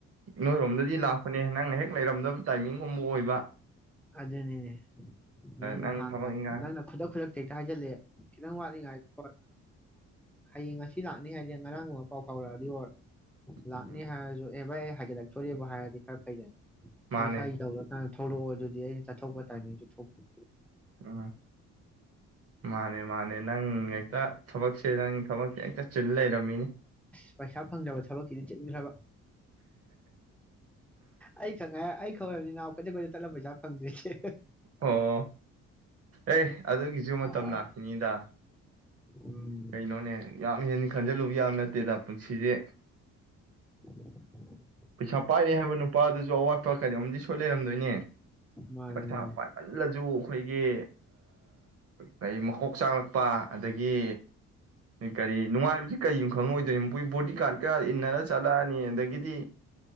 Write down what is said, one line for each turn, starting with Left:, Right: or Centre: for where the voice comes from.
Right: ꯅꯣꯏꯔꯣꯝꯗꯗꯤ ꯂꯥꯛꯄꯅꯦ ꯅꯪꯅ ꯍꯦꯛ ꯂꯩꯔꯝꯗꯕ ꯇꯥꯏꯃꯤꯡꯒꯨꯝꯕ ꯑꯣꯏꯕ
Centre: ꯑꯗꯨꯅꯤꯅꯦ ꯅꯪꯅ
Right: ꯅꯪ
Centre: ꯍꯥꯟꯅ
Right: ꯊꯕꯛ ꯏꯪꯈꯥꯡ
Centre: ꯅꯪꯅ ꯈꯨꯗꯛ ꯈꯨꯗꯛꯇ ꯍꯦꯛꯇ ꯍꯥꯏꯖꯤꯜꯂꯦ ꯈꯤꯇꯪ ꯋꯥꯠꯂꯤꯉꯥꯏ ꯍꯣꯏ ꯍꯌꯦꯡ ꯉꯁꯤ ꯂꯥꯛꯅꯤ ꯍꯥꯏꯗꯤ ꯉꯔꯥꯡꯒꯨꯝꯕ ꯄꯥꯎ ꯐꯥꯎꯔꯛꯑꯗꯤ ꯍꯔ ꯂꯣꯛꯅꯤ
Right: ꯎꯝ
Centre: ꯍꯥꯏꯔꯖꯨ ꯑꯦ ꯚꯥꯏ ꯍꯥꯏꯒꯠꯂꯛꯇꯣꯏꯔꯦꯕꯨ ꯍꯥꯏꯔꯖꯨ ꯈꯔ ꯐꯩꯗꯅ
Right: ꯃꯥꯅꯦ
Centre: ꯉꯁꯥꯏ ꯇꯧꯔ ꯀꯥꯟ ꯊꯣꯛꯂꯛꯑꯣ ꯑꯗꯨꯗꯤ ꯑꯩꯅ ꯆꯠꯊꯣꯛꯄ ꯇꯥꯏꯃꯤꯡꯁꯨ ꯊꯣꯛꯄꯤꯌꯨ
Right: ꯎꯝ ꯃꯥꯅꯦ ꯃꯥꯅꯦ ꯅꯪ ꯍꯦꯛꯇ ꯊꯕꯛꯁꯦ ꯅꯪ ꯊꯕꯛꯁꯦ ꯍꯦꯛꯇ ꯆꯤꯜ ꯂꯩꯔꯝꯃꯤꯅꯤ
Centre: ꯑꯁ ꯄꯩꯁꯥ ꯐꯪꯗꯕ ꯊꯕꯛꯀꯤꯗꯤ ꯆꯤꯟꯈ꯭ꯔꯕ ꯑꯩ ꯈꯛ ꯉꯥꯏ ꯑꯩ ꯊꯣꯏꯕꯅꯤ ꯅꯥꯎ ꯀꯩ ꯑꯩꯈꯣꯏ ꯆꯠꯂꯝ ꯄꯩꯁꯥ ꯐꯪꯗꯔꯤꯁꯦ
Right: ꯑꯣ ꯑꯦ ꯑꯗꯨꯒꯤꯁꯨ ꯃꯇꯝ
Centre: ꯑꯥ
Right: ꯂꯥꯛꯈꯤꯅꯤꯗ
Centre: ꯎꯝ
Right: ꯀꯩꯅꯣꯅꯦ ꯌꯥꯝ ꯍꯦꯟꯅ ꯈꯟꯖꯤꯜꯂꯨꯕ ꯌꯥꯕ ꯅꯠꯇꯦꯗ ꯄꯨꯟꯁꯤꯁꯦ
Centre: ꯎ
Right: ꯄꯩꯁꯥ ꯄꯥꯏꯅꯤ ꯍꯥꯏꯕ ꯅꯨꯄꯥꯗꯨꯁꯨ ꯑꯋꯥꯠ ꯄ ꯀꯩꯅꯣꯝꯗꯤ ꯁꯣꯏ ꯂꯩꯔꯝꯗꯣꯏꯅꯦ
Centre: ꯃꯥꯅꯦ
Right: ꯄꯩꯁꯥ
Centre: ꯃꯥꯅꯦ
Right: ꯄꯥꯏꯃꯜꯂꯁꯨ ꯑꯩꯈꯣꯏꯒꯤ ꯀꯔꯤ ꯀꯣꯛ ꯆꯥꯛꯂꯛꯄ ꯑꯗꯒꯤ ꯀꯔꯤ ꯅꯨꯡꯉꯥꯏꯕꯁꯤ ꯀꯔꯤꯅꯣ ꯈꯪꯉꯣꯏꯗꯣꯏꯔꯤ ꯃꯈꯣꯏ ꯕꯣꯗꯤ ꯒꯥꯔꯗꯀ ꯏꯟꯅꯔ ꯆꯠꯂꯛꯑꯅꯤ ꯑꯗꯒꯤꯗꯤ